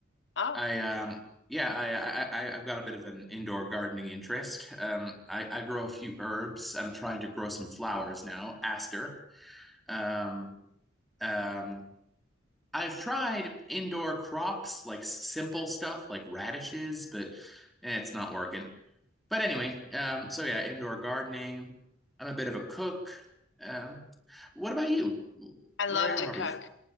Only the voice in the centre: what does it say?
I um yeah, I, I I- I've got a bit of an indoor gardening interest. Um, I I grow a few herbs. I'm trying to grow some flowers now, aster. Um, um, I've tried indoor crops like s- simple stuff like radishes, but eh, it's not working. But anyway, um, so yeah, indoor gardening. I'm a bit of a cook. Um, what about you?
What are your
hobbies?